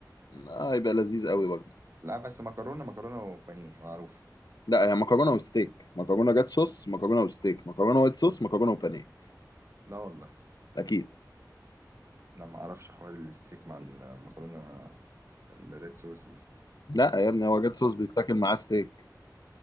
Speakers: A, on the left (about 65°); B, on the right (about 40°).
A: اه يبقى لذيذ قوي برضه
B: لا بس مكرونه مكرونه وبانيه معروف
A: لا هي مكرونة وستيك مكرونة جات صوص مكرونة وستيك مكرونة وايت صوص مكرونة وبانيه
B: لا والله
A: اكيد
B: انا ما اعرفش حوار الستيك مع المكرونه الريد صوص دي
A: لا يا ابني هو جات صوص بيتاكل معاه ستيك